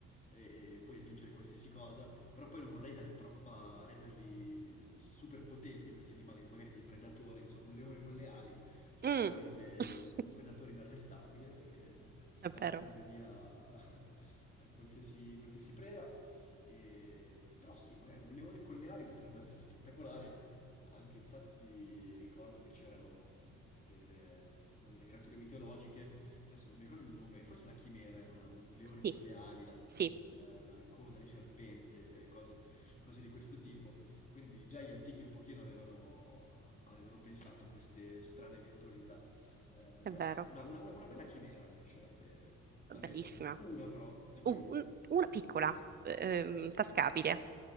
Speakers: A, on the left; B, on the right.
A: e, e poi aggiungere qualsiasi cosa, però poi non vorrei dare troppa, renderli super potenti questi animali, magari dei predatori, non so, un leone con le ali sarebbe
B: mm,
A: veramente
B: <laughs>
A: un predatore inarrestabile che spazzerebbe
B: è vero.
A: via <laughs> qualsiasi, qualsiasi preda. E- Però sì, magari un leone con le ali potrebbe essere spettacolare. Anche infatti ricordo che c'erano delle, come delle creature mitologiche, adesso non mi ricordo il nome, forse la chimera era una- un leone
B: Sì,
A: con le ali, la,
B: sì,
A: la- la coda di serpente, e cose, cose di questo tipo. Quindi già gli antichi un pochino avevano, avevano pensato a queste strane eventualità. Eh,
B: è
A: però
B: vero.
A: stai, una, una una bella chimera mi piacerebbe avere
B: Bellissima.
A: nel mondo. Una però, di più.
B: Uh, un- una piccola, ehm, tascabile,
A: Sì.